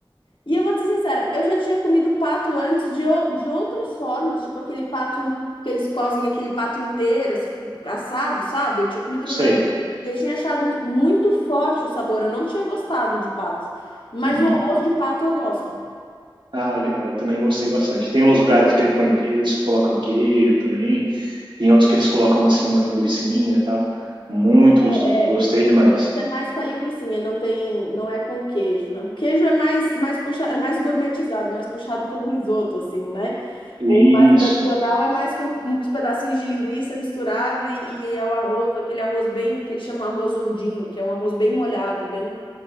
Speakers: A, on the left; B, on the right.
A: E eu vou te ser sincera, eu já tinha comido pato antes de, o- de outras formas, tipo aquele pato in- que eles cozem aquele pato inteiro, assim, fu- assado, sabe? Eu tinha comido no Brasil.
B: Sei.
A: E eu tinha achado muito forte o sabor, eu não tinha gostado de pato. Mas
B: Uhum.
A: o arroz de pato eu gosto.
B: Ah, legal, eu também gostei bastante. Tem uns lugares que ele põe que- eles colocam queijo também, tem outros que eles colocam assim uma linguicinha e tal. Muito gostoso,
A: É,
B: gostei
A: o componente
B: demais.
A: é mais com a linguicinha, não tem, não é com queijo, né? O queijo é mais, mais puxa, é mais gourmetizado, mais puxado para um risoto, assim, né?
B: Isso.
A: O mais tradicional é mais com uns pedacinhos de linguiça misturado e, e é o arroz, aquele arroz bem, que ele chama arroz ondinho, que é um arroz bem molhado, bem...